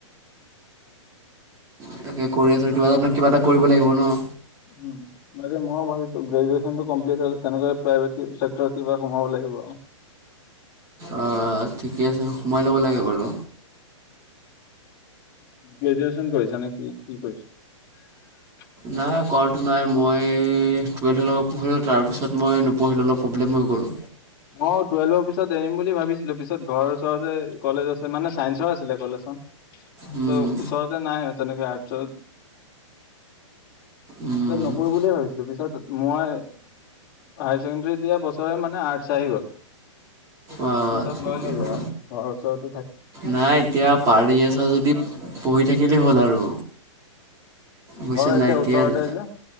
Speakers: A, on the right; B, on the left.
A: তাকে কৰি আছোঁ। কিবা এটা, কিবা এটা কৰিব লাগিব ন'।
B: উম, বাকী মই ভাবিছোঁ, গ্ৰেজুৱেশ্চনটো কমপ্লিট হ'ল। তেনেকে, প্ৰাইভেটকে, চেক্টৰত এইবাৰ সোমাব লাগিব আৰু।
A: অ'! ঠিকে আছে। সোমাই ল'ব লাগে বাৰু।
B: গ্ৰেজুৱেশ্চন কৰিছা নে কি? কি কৰিছ?
A: নাই কৰাটো নাই। মই টুৱেলভৰ লৈকে পঢ়িলোঁ। তাৰপিছত, মই নপঢ়িলোঁ, অলপ প্ৰব্লেম হৈ গ'ল।
B: অ'! টুৱেল্ভৰ পিছত এৰিম বুলি ভাবিছিলোঁ। পিছত, ঘৰ ওচৰতে কলেজ আছে। মানে, চাইন্সৰ আছিলে কলেজখন। ত'
A: উম
B: ওচৰতে নাই তনেকে আৰ্টছত।
A: উম
B: নকৰোঁ বুলিয়ে ভাবিছিলোঁ। পিছত মই, হায়াৰ ছেকেণ্ডৰী দিয়া বছৰে মানে, আৰ্টছ আহি গ'ল।
A: অঁ
B: তাৰপিছত
A: ঠিকে
B: লৈ ললোঁ
A: আছে
B: আৰু ঘৰ ওচৰত।
A: নাই। এতিয়া, পাৰি আছা যদি, পঢ়ি থাকিলেই হ'ল আৰু। বুজিছা
B: ঘৰ একে
A: নাই এতিয়া!
B: ওচৰতে
A: অ'!
B: যে